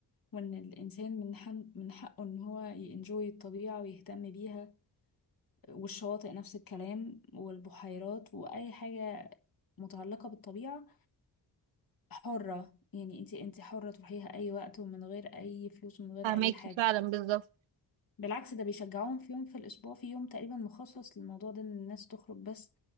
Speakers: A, on the left; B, on the right.
A: وان الانسان من حن من حقه ان هو ينجوي الطبيعة ويهتم بيها والشواطئ نفس الكلام والبحيرات واي حاجة متعلقة بالطبيعة حرة يعني انت انت حرة تروحيها اي وقت ومن غير اي فلوس ومن غير
B: فهماكي
A: اي حاجة
B: فعلا بالظبط
A: بالعكس ده بيشجعوهم في يوم في الأسبوع في يوم تقريبا مخصص للموضوع ده إن الناس تخرج بس